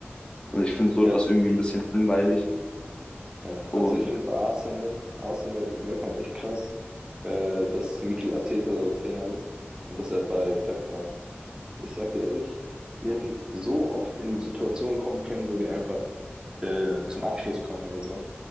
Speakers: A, on the left; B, on the right.
A: Und ich finde so
B: ja,
A: etwas irgendwie ein bisschen langweilig.
B: ja.
A: Und
B: Also ich finde bei Arsenal, Arsenal merkt man echt krass, äh, dass Mikel Arteta dort Trainer ist und dass er bei Pep war. Ich sag dir ehrlich, die hätten so oft in die Situation kommen können, wo die einfach äh, zum Abschluss kommen oder so.